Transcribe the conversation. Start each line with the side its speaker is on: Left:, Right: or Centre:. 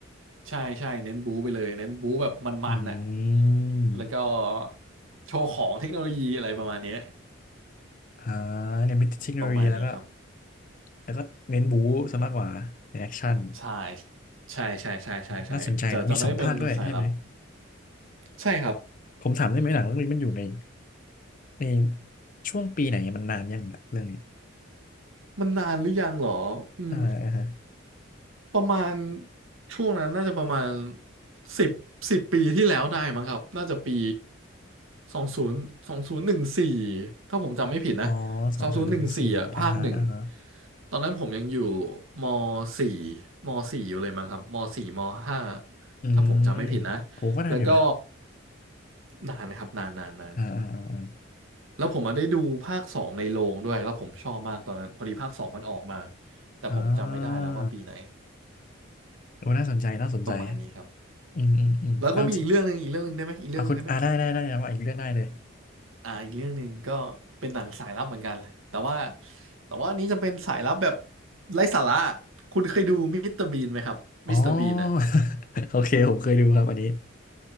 Right: ใช่ใช่เน้นบู๊ไปเลยเน้นบู๊แบบมันๆน่ะ
Left: อืม
Right: แล้วก็โชว์ของเทคโนโลยีอะไรประมาณเนี้ย
Left: อ่าเนี่ยมีเทคโนโลยีแล้วก็
Right: ประมาณนี้ครับ
Left: แล้วก็เน้นบู๊ซะมากกว่าในแอคชั่น
Right: ใช่ใช่ใช่ใช่ใช่ใช่จะจะไม่ได้เป็นสายลับ
Left: น่าสนใจนะมีสร้างด้วยใช่ไหม
Right: ใช่ครับ
Left: ผมถามได้ไหมหนังเรื่องนี้มันอยู่ในในช่วงปีไหนมันนานยังอะเรื่องนี้
Right: มันนานหรือยังเหรออืม
Left: อ่าอ่าฮะ
Right: ประมาณช่วงนั้นน่าจะประมาณสิบสิบปีที่แล้วได้มั้งครับน่าจะปีสองศูนย์สองศูนย์หนึ่งสี่ถ้าผมจำไม่ผิดนะ
Left: อ๋อสองศูนย์
Right: สองศูนย์หนึ่งสี่อ่ะภาคหนึ่ง
Left: อ่าฮะ
Right: ตอนนั้นผมยังอยู่มสี่มสี่อยู่เลยมั้งครับมสี่มห้า
Left: อืม
Right: ถ้าผมจำไม่ผิดนะ
Left: โหก็นานอยู่นะ
Right: แล้วก็นานนะครับนานนานนาน
Left: อ่าอ่าอ่าอ่า
Right: แล้วผมมาได้ดูภาคสองในโรงด้วยแล้วผมชอบมากตอนนั้นพอดีภาคสองมันออกมาแต่ผมจำไม่ได้แล้วว่าปีไหน
Left: อ่าโอ้น่าสนใจน่าสนใจ
Right: ประมาณนี้ครับ
Left: อืมอืมอืมแล้ว
Right: แล้วก็มีอีกเรื่องหนึ่งอีกเรื่องหนึ่งได้ไหมอีกเรื่องหนึ่งได้ไหม
Left: อ่าได้ได้ได้ว่าอีกเรื่องได้เลย
Right: อ่าอีกเรื่องหนึ่งก็เป็นหนังสายลับเหมือนกันเลยแต่ว่าแต่ว่าอันนี้จะเป็นสายลับแบบไร้สาระคุณเคยดูมิสเตอร์บีนไหมครับมิสเตอร์บีนอ่ะ
Left: อ๋อ <laughs> โอเคผมเคยดูครับอันนี้